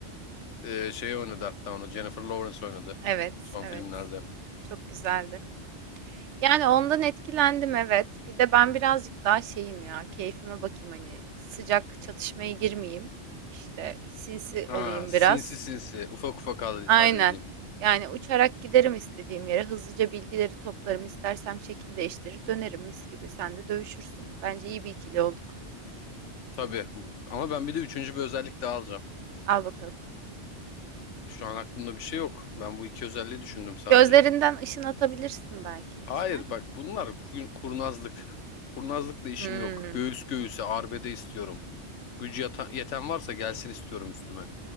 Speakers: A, on the left; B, on the right.
A: Ee, şey oynadı hatta onu. Jennifer Lawrence oynadı.
B: Evet,
A: Son
B: evet.
A: filmlerde.
B: Çok güzeldi. Yani ondan etkilendim evet. Bir de ben birazcık daha şeyim ya. Keyfime bakayım hani sıcak çatışmaya girmeyeyim. İşte sinsi
A: Ha,
B: olayım
A: sinsi
B: biraz.
A: sinsi. Ufak ufak hall-
B: Aynen.
A: halledeyim.
B: Yani uçarak giderim istediğim yere. Hızlıca bilgileri toplarım. İstersem şekil değiştirir dönerim mis gibi. Sen de dövüşürsün. Bence iyi bir ikili olduk.
A: Tabii. Ama ben bir de üçüncü bir özellik daha alacağım.
B: Al bakalım.
A: Şu an aklımda bir şey yok. Ben bu iki özelliği düşündüm sadece.
B: Gözlerinden ışın atabilirsin belki.
A: Hayır
B: İster misin?
A: bak bunlar ku- kurnazlık. Kurnazlıkla işim
B: Hmm.
A: yok. Göğüs göğüse arbede istiyorum. Gücü yata- yeten varsa gelsin istiyorum üstüme.